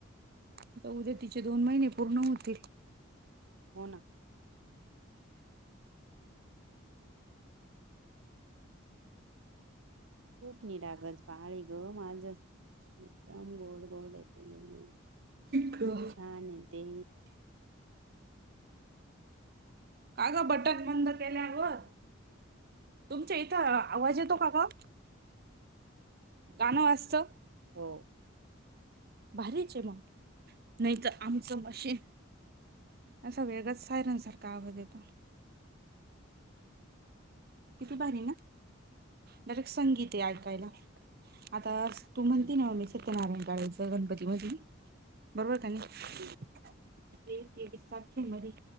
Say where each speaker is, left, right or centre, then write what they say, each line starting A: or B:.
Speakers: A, on the right; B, on the right.
A: आता उद्या तिचे दोन महिने पूर्ण होतील
B: हो ना खूप निरागज बाळी ग माझ एकदम गोड गोड आहे तुम खूप
A: का
B: छान आहे ते
A: काय ग बटन बंद केल्यावर तुमच्या इथं आवाज येतो का ग गाणं वाजतो
B: हो
A: भारीचे म नाहीत आमचं मशी असं वेगच सायरनसारखा आव द येतो किती बारी ना डयरेक्ट संगीत आहे ऐकायला आता तू म्हणती नाव मी सत्यनारायण काळेज गणपती मधी बरोबर का नाही
B: ह
A: ते ते साखे मरी